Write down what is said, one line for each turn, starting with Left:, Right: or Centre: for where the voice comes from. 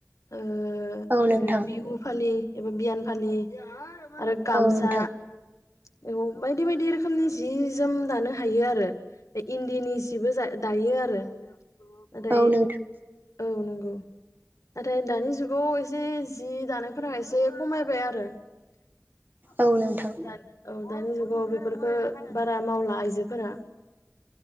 Left: ओ
Right: औ नोंथां
Left: जेरै बिहु फालि। ऐबा बियान फलि। आरो गामसा।
Right: औ नोंथां
Left: औ। बायदि बायदि रोखोमनि जि जोम दानो हायो आरो इ-इन्दिनि जिबो जा दायो आरो। नाथाय
Right: औ नोंथां
Left: औ <inaudible> नंगौ। नाथाय दानि जुगाव जे जि दानायफोरा एसे खमायबाय आरो। <inaudible>
Right: औ नोंथां
Left: औ दानि जु अ बेफोरखो बारा मावला आइजोफोरा। <inaudible>